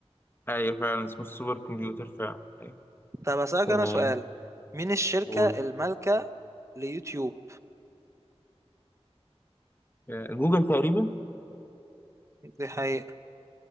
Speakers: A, on the left; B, on the right.
A: أيوة فعلا اسمه السوبر كمبيوتر فعلا أيوة
B: طب اسألك
A: تمام
B: انا سؤال مين الشركة
A: قول
B: المالكة ليوتيوب
A: آه، جوجل تقريبا
B: دي حقيقة